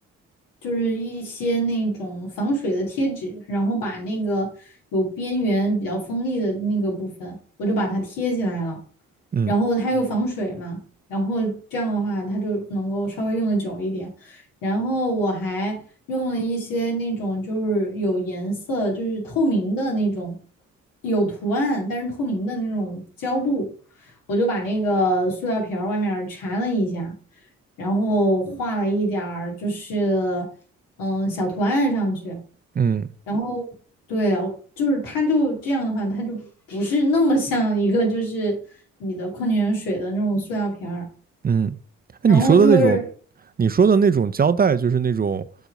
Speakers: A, on the left; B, on the right.
A: 就是一些那种防水的贴纸，然后把那个有边缘比较锋利的那个部分，我就把它贴起来了。
B: 嗯
A: 然后它又防水嘛，然后这样的话它就能够稍微用的久一点。然后我还用了一些那种就是有颜色，就是透明的那种，有图案但是透明的那种胶布，我就把那个塑料瓶儿外面缠了一下，然后画了一点儿就是嗯小图案上去，
B: 嗯
A: 然后对啊，就是它就这样的话，它就不是那么像一个就是你的矿泉水的那种塑料瓶儿，
B: 嗯，那你说的那种，
A: 然后就是
B: 你说的那种胶带，就是那种